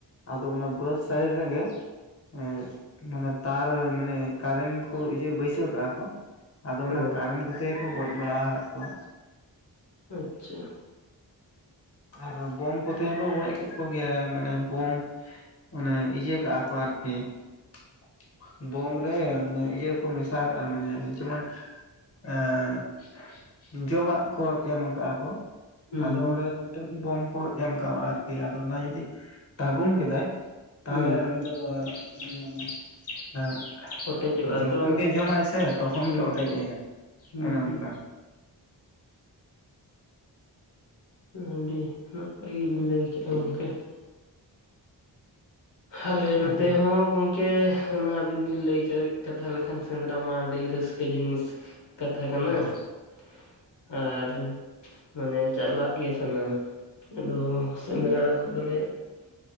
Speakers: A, on the left; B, on the left.
A: ᱟᱫᱚ ᱚᱱᱟ ᱵᱟᱹᱫᱽ ᱥᱟᱭᱤᱰ ᱨᱮᱜᱮ ᱮᱸ ᱢᱟᱱᱮ ᱛᱟᱨ ᱢᱟᱱᱮ ᱠᱟᱨᱮᱱ ᱠᱚ ᱤᱭᱟᱹ ᱵᱟᱹᱭᱥᱟᱹᱣ ᱠᱟᱜᱼᱟ ᱠᱚ᱾ ᱟᱫᱚ
B: ᱦᱮᱸ
A: ᱚᱱᱟ ᱠᱟᱨᱮᱱ ᱠᱚᱛᱮ ᱜᱮᱠᱚ ᱜᱚᱡ ᱵᱟᱲᱟ ᱠᱟᱜ ᱠᱚᱣᱟ᱾
B: ᱟᱪᱪᱷᱟ,
A: ᱟᱨ ᱵᱚᱢ ᱠᱚᱛᱮ ᱦᱚᱸᱠᱚ ᱜᱚᱡ ᱠᱮᱜ ᱠᱚᱜᱮᱭᱟ ᱢᱟᱱᱮ ᱵᱚᱢ ᱾ ᱚᱱᱮ ᱤᱭᱟᱹ ᱠᱟᱜᱼᱟ ᱠᱚ ᱟᱨᱠᱤ ᱾ ᱵᱳᱢ ᱨᱮ ᱢᱟᱱᱮ ᱤᱭᱟᱹᱠᱚ ᱢᱮᱥᱟ ᱠᱟᱜᱼᱟ ᱢᱟᱱᱮ ᱡᱮᱢᱚᱱ ᱮᱸᱜ ᱡᱚᱢᱟᱜ ᱠᱚ ᱮᱢ ᱠᱟᱜᱼᱟ ᱠᱚ
B: ᱦᱩᱸ
A: ᱟᱫᱚ
B: ᱦᱩᱸ
A: ᱚᱸᱰᱮ ᱴᱟᱝ ᱵᱚᱢ ᱠᱚ ᱮᱢ ᱠᱟᱜᱼᱟ ᱟᱨᱠᱤ ᱟᱫᱚ ᱚᱱᱟ ᱡᱩᱫᱤ ᱛᱟᱹᱜᱩᱢ ᱠᱮᱫᱟᱭ ᱾ ᱛᱟᱦᱞᱮ
B: ᱦᱩᱸ
A: ᱩᱱᱤ ᱫᱚ ᱮᱸ ᱢᱟᱱᱮ ᱮᱸ <inaudible>
B: ᱚᱴᱮᱡᱚᱜᱼᱟ
A: ᱡᱚᱠᱷᱚᱱ
B: ᱛᱚ
A: ᱜᱮ ᱡᱚᱢᱟᱭ ᱥᱮ ᱛᱚᱠᱷᱚᱱ
B: ᱦᱩᱸ
A: ᱜᱮ ᱚᱴᱮᱡᱟᱭᱟ
B: ᱦᱩᱸ
A: ᱚᱱᱮ
B: ᱦᱩᱸ
A: ᱚᱱᱠᱟ᱾
B: ᱟᱹᱰᱤ ᱱᱟᱯᱟᱭ ᱜᱮᱵᱤᱱ ᱞᱮᱭ ᱠᱮᱜᱼᱟ ᱜᱚᱝᱠᱮ ᱾ ᱦᱟᱞᱮ ᱱᱚᱛᱮ
A: ᱟᱫᱚ
B: ᱦᱚᱸ ᱜᱚᱝ ᱠᱮ ᱚᱱᱟ ᱟᱹᱵᱤᱱ ᱵᱤᱱ ᱞᱟᱹᱭ ᱠᱟᱹᱭ ᱠᱟᱛᱷᱟ ᱞᱮᱠᱷᱟᱱ ᱥᱮᱸᱫᱽᱨᱟ ᱢᱟ ᱟᱹᱰᱤ ᱨᱟᱹᱥᱠᱟᱹ ᱡᱤᱱᱤᱥ ᱾ ᱠᱟᱛᱷᱟ ᱠᱟᱱᱟ
A: ᱦᱮᱸ
B: ᱾ ᱟᱨ ᱢᱟᱱᱮ ᱪᱟᱜᱞᱟᱜ ᱜᱮ ᱥᱟᱱᱟ ᱟᱫᱚ ᱥᱮᱸᱫᱽᱨᱟ ᱠᱚᱫᱚ ᱞᱮ